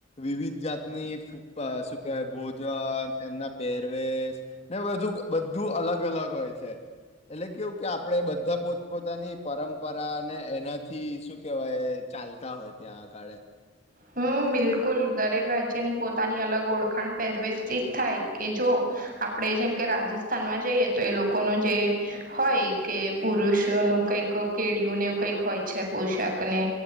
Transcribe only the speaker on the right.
હમ બિલકુલ દરેક રાજ્યની પોતાની અલગ ઓળખાણ પહેરવેશથી થાય કે જો આપણે આપ જેમ કે રાજસ્થાનમાં જઈએ તો એ લોકોનું જે હોય કે પુરુષોનું કઈક કેળયુંને એવું કઈક હોય છે પોશાકને